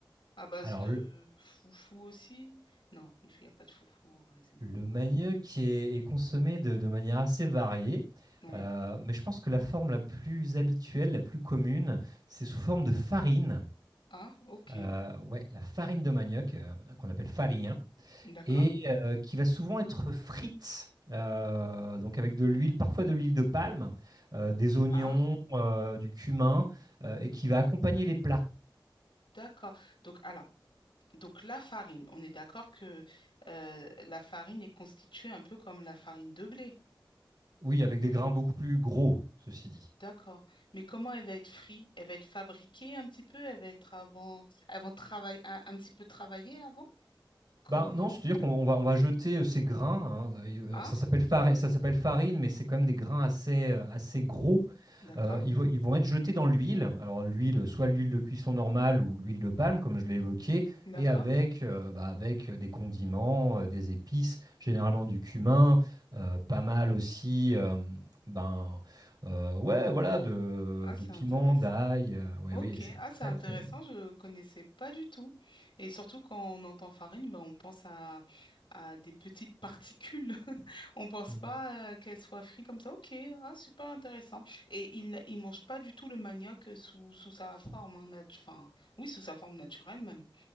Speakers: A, on the left (about 90°); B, on the right (about 55°).
A: À base
B: Alors
A: de foufou aussi? Non, il n'y a pas de foufou au Brésil.
B: Le manioc est, est consommé de, de manière assez variée,
A: Oui.
B: euh, mais je pense que la forme la plus habituelle, la plus commune, c'est sous forme de farine.
A: Ah, ok.
B: Euh, ouais, la farine de manioc, euh, qu'on appelle farine,
A: D'accord.
B: et euh, qui va souvent être frite, euh, donc avec de l'huile, parfois de l'huile de palme, euh, des oignons,
A: Ah,
B: euh, du cumin, euh, et qui va accompagner les plats.
A: d'accord. Donc, alors, donc la farine, on est d'accord que euh, la farine est constituée un peu comme la farine de blé.
B: Oui, avec des grains beaucoup plus gros, ceci dit.
A: D'accord. Mais comment elle va être frite? Elle va être fabriquée un petit peu? Elle va être avant, avant travail, un, un petit peu travaillée avant? Comment?
B: Ben non, c'est-à-dire qu'on on va, on va jeter euh, ces grains. hein. Et, euh,
A: Ah,
B: Alors ça s'appelle farine, ça s'appelle farine, mais c'est quand même des grains assez, euh, assez gros.
A: d'accord,
B: Euh, ils, vont, ils vont être jetés dans l'huile. Alors l'huile, soit l'huile de cuisson normale ou l'huile de palme, comme je l'ai évoqué,
A: d'accord.
B: et avec, euh, bah, avec des condiments, euh, des épices, généralement du cumin, euh, pas mal aussi. euh, ben euh, ouais, voilà, de,
A: Ah, c'est
B: de piment,
A: intéressant.
B: d'ail. euh, oui,
A: Ok,
B: oui, et c'est
A: ah,
B: très
A: c'est intéressant,
B: très bon.
A: je ne connaissais pas du tout. Et surtout quand on entend farine, ben, on pense à, à des petites particules. <laughs> On pense
B: Mm.
A: pas euh, qu'elle soit frite comme ça. Ok, ah, super intéressant. Et il il mange pas du tout le manioc sous, sous sa forme, hein, nat- enfin, oui, sous sa forme naturelle même.